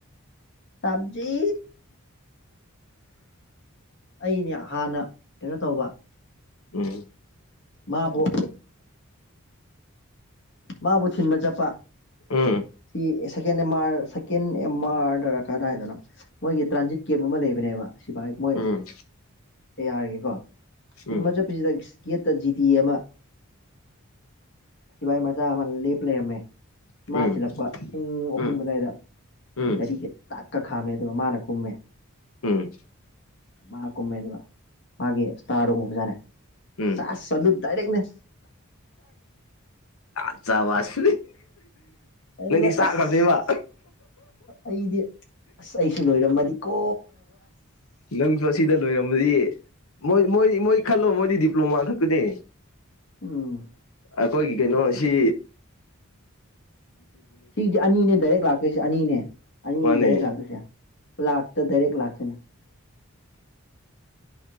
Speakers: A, on the left (about 55°); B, on the left (about 75°).
A: ꯁꯖꯤ ꯑꯩꯅꯦ ꯍꯥꯟꯅ ꯀꯩꯅꯣ ꯇꯧꯕ
B: ꯎꯝ
A: ꯃꯥꯕꯨꯣ ꯃꯥꯕꯨ ꯊꯤꯟꯕ ꯆꯠꯄ
B: ꯎꯝ
A: C second M R second M ꯑꯥꯔꯗꯔ ꯀꯥꯗꯥ ꯍꯥꯏꯏꯗꯅ ꯃꯣꯏꯒꯤ ꯇ꯭ꯔꯥꯟꯖꯤꯠ ꯀꯦꯝꯞ ꯑꯃ ꯂꯩꯕꯅꯦꯕ ꯁꯤꯐꯥꯏ ꯃꯣꯏ
B: ꯎꯝ
A: ꯌꯥꯔꯒꯦꯀꯣ ꯊꯤꯟꯕ
B: ꯎꯝ
A: ꯆꯠꯄꯤꯁꯤꯗ ꯒꯦꯠꯇ ꯖꯤꯗꯤ ꯑꯃ ꯁꯤꯕꯥꯏ ꯃꯆꯥ ꯑꯃ ꯂꯦꯞ ꯂꯩꯔꯝꯃꯦ ꯃꯥ
B: ꯎꯝ
A: ꯁꯤꯤꯜꯂꯛꯄ ꯄꯨꯡ ꯑꯍꯨꯝ
B: ꯎꯝ
A: ꯑꯗꯨꯋꯥꯏꯗ
B: ꯎꯝ
A: ꯒꯥꯔꯤꯒ ꯇ ꯀꯛ ꯈꯥꯝꯃꯦ ꯑꯗꯨꯒ ꯃꯥꯅ ꯀꯨꯝꯃꯦ
B: ꯎꯝ
A: ꯃꯥꯅ ꯀꯨꯝꯃꯦ ꯑꯗꯨꯒ ꯃꯥꯒꯤ ꯏꯁꯇꯥꯔꯗ ꯎꯕꯖꯥꯠꯅꯦꯦ
B: ꯎꯝ
A: ꯆ ꯆꯠꯂꯨ ꯗꯥꯏꯔꯦꯛꯅꯦꯛ
B: ꯑ ꯆꯕꯁ
A: ꯑꯗꯨꯗ
B: ꯅꯪꯗꯤ ꯆꯥꯛꯈ꯭ꯔꯕꯗꯤꯕ
A: ꯑꯁ ꯑꯩꯗꯤ ꯑꯁ ꯑꯩꯁꯨ ꯂꯣꯏꯔꯝꯃꯗꯤ ꯀꯣ
B: ꯅꯪꯁꯨ ꯑꯁꯤꯗ ꯂꯣꯏꯔꯝꯃ ꯃꯣꯏ ꯃꯣꯏꯗꯤ ꯃꯣꯏ ꯈꯜꯂꯣ ꯃꯣꯏꯗꯤ ꯗꯤꯄ꯭ꯂꯣꯃꯥ ꯈꯛꯇꯅꯦ
A: ꯎꯝ
B: ꯑꯩꯈꯣꯏꯒꯤ ꯀꯩꯅꯣꯁꯤ
A: ꯁꯤꯒꯤꯗꯤ ꯑꯅꯤꯅꯦ ꯗꯥꯏꯔꯦꯛ ꯂꯥꯛꯇꯣꯏꯁꯦ ꯑꯅꯤꯅꯦ ꯑꯅꯤ
B: ꯃꯥꯅꯦ
A: ꯗꯥꯏꯔꯦꯛ ꯂꯥꯛꯇꯣꯏꯁꯦ ꯂꯥꯛꯇ ꯗꯥꯏꯔꯦꯛ ꯂꯥꯛꯇꯣꯏꯅ